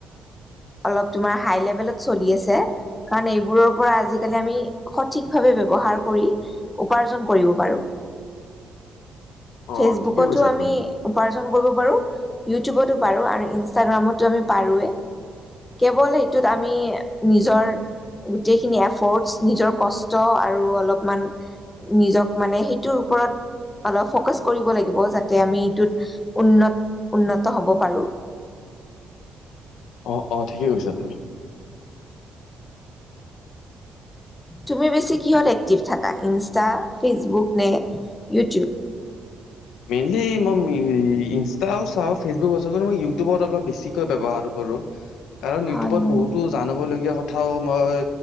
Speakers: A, on the left (about 20°); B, on the left (about 85°).
A: অলপ তোমাৰ হাই লেভেলত চলি আছে কাৰণ এইবোৰৰ পৰা আজিকালি আমি সঠিকভাৱে ব্যৱহাৰ কৰি উপাৰ্জন কৰিব পাৰো
B: অ
A: ফেচবুকতো
B: ঠিকে কৈছা
A: আমি
B: তুমি
A: উপাৰ্জন কৰিব পাৰো ইউটিউবতো পাৰোঁ আৰু ইনষ্টাগ্ৰামতো আমি পাৰোৱেই কেৱল সেইটোত আমি নিজৰ গোটেইখিনি এফৰ্টছ নিজৰ কষ্ট আৰু অলপমান নিজক মানে সেইটোৰ ওপৰত অলপ ফ'কাচ কৰিব লাগিব যাতে আমি এইটোত উন্নত উন্নত হ'ব পাৰোঁ
B: অ অ ঠিকেই কৈছা তুমি
A: তুমি বেছি কিহত এক্টিভ থাকা ইনষ্টা ফেচবুক নে ইউটিউব?
B: মেইনলি মই ইনষ্টাও চাওঁ ফেচবুকো চাওঁ কিন্ত মই ইউটিউবত অলপ বেছিকৈ বৱহাৰ কৰোঁ। কাৰণ
A: হয়
B: ইউটিউবত
A: হয়।
B: বহুতো জানাব লাগ কথাও মই